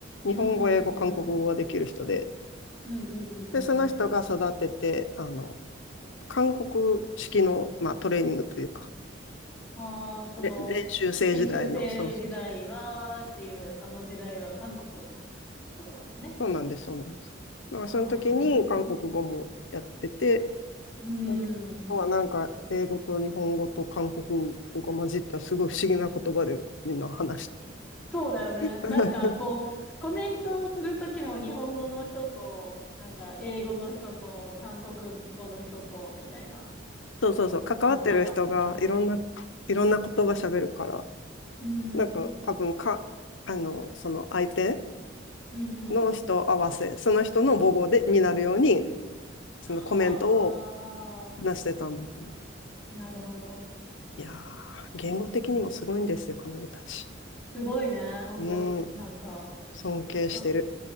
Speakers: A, on the left (about 75°); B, in the centre.
A: 日本語、
B: うんうんうんうん
A: 英語、韓国語ができる人で、
B: うんうんうんうんうん。
A: で、その人が育てて、
B: な
A: あの、韓国式の、まあ、トレーニングというか、
B: ああー、その、
A: れ練習生時代の、
B: 研修生時代は、
A: そうそう、そ
B: っていう、あの時代は韓国のことなんだね。
A: うなんです、そうなんです。だからその時に韓国語もやってて、
B: はあ、う
A: あとはなんか英語と日本語と韓国語が混じったすごい不思議な言葉でみんな話して
B: ん。そうだよね。
A: <laughs>
B: なんか、こう、コメントをするときも日本語の人と、なんか、英語の人と、韓国語の人と、みたいな
A: そうそうそう、関わってる人がいろんな、
B: 感じだったもんね。
A: いろんな言葉喋るから、
B: うん。
A: なんか多分か、あの、その相手
B: うんうん。
A: の人合わせ、その人の母語で、になるように、そのコメントを
B: は
A: 出してたんだと思う。
B: あ、なるほど。
A: いやー、言語的にもすごいんですよ、彼女たち。
B: すごいね。本当なんか、
A: うん、尊敬してる。
B: こ